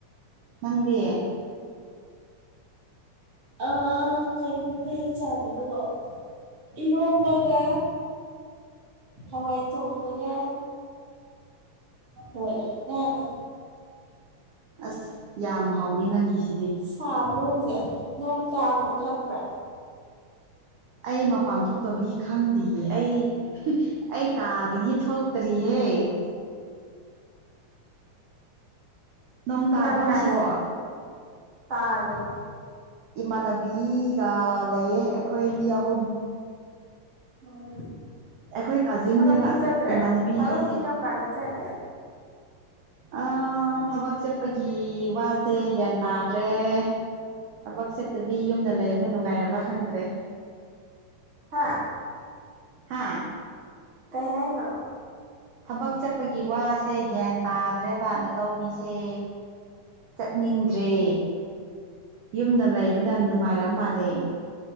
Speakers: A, on the right; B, on the right.
A: ꯅꯪꯗꯤ
B: ꯑ ꯀꯩꯅꯣꯅꯦ ꯑꯩ ꯆꯥꯕꯗꯨꯕꯣ ꯏꯔꯣꯝꯕꯒ ꯍꯋꯥꯏ ꯊꯣꯡꯕꯒ ꯍꯣꯏ ꯉꯥꯒ
A: ꯑꯁ ꯌꯥꯝ ꯍꯥꯎꯅꯤ ꯅꯪꯒꯤꯁꯦ
B: ꯁꯥꯗ꯭ꯔꯣꯁꯦ ꯅꯣꯡ ꯇꯥꯕꯗꯣ ꯈꯪꯕ꯭ꯔꯥ
A: ꯑꯩ ꯃꯄꯥꯟ ꯊꯣꯛꯇꯕꯒꯤ ꯈꯪꯗꯦꯌꯦ ꯑꯩ ꯑꯩ ꯀꯥꯗꯒꯤ ꯊꯣꯛꯇ꯭ꯔꯤꯌꯦ <inaudible> ꯅꯣꯡ
B: ꯀꯅꯥ
A: ꯇꯥꯕ꯭ꯔꯣ
B: ꯀꯅꯥ
A: ꯉꯁꯤꯕꯣ
B: ꯂꯩꯅꯣ ꯇꯥꯔꯤꯅꯦ
A: ꯏꯃꯥꯟꯅ ꯄꯤꯒ ꯂꯩꯌꯦ ꯑꯩꯈꯣꯏ ꯃꯤ ꯑꯍꯨꯝ
B: ꯎꯝ
A: ꯑꯩꯈꯣꯏ ꯀꯥꯖꯤꯟꯅꯦꯕ
B: ꯊꯕꯛꯇꯤ ꯆꯠꯇ꯭ꯔꯦ
A: ꯏꯃꯥꯟꯅꯕꯤ
B: ꯊꯕꯛꯇꯤ
A: ꯍꯥꯏꯁꯦ
B: ꯀꯔꯝꯀꯥꯟꯗꯩ ꯆꯠꯅꯤ
A: ꯑ ꯊꯕꯛ ꯆꯦꯠꯄꯒꯤ ꯋꯥꯁꯦ ꯒ꯭ꯌꯥꯟ ꯇꯥꯗ꯭ꯔꯦ ꯊꯕꯛ ꯆꯠꯇꯕꯤ ꯌꯨꯝꯗ ꯂꯩꯕꯅ ꯅꯨꯡꯉꯥꯏꯔꯕ꯭ꯔꯥ ꯈꯪꯗ꯭ꯔꯦ
B: ꯍꯥꯥ
A: ꯍꯥꯥ
B: ꯀꯩ ꯍꯥꯏꯅ
A: ꯊꯕꯛ ꯆꯠꯄꯒꯤ ꯋꯥꯁꯦ ꯒ꯭ꯌꯥꯟ ꯇꯥꯗ꯭ꯔꯦ ꯕꯥꯠꯅ ꯇꯧꯕꯤꯁꯦ ꯆꯠꯅꯤꯡꯗ꯭ꯔꯦ ꯌꯨꯝꯗ ꯂꯩꯕꯅ ꯅꯨꯡꯉꯥꯏꯔ ꯃꯥꯜꯂꯦ